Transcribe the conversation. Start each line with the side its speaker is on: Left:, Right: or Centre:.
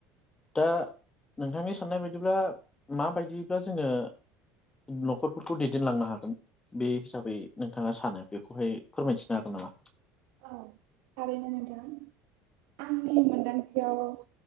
Left: दा नोंथांनि साननाय बायदिब्ला माबायदिब्ला जोंङो नखरफोरखौ दैदेनलांनो हागोन बे हिसाबै नोंथांङा सानो बेखौहाय फोरमायथिनो हागोन नामा
Right: औ थारैनो नोंथां आंनि मोनदांथियाव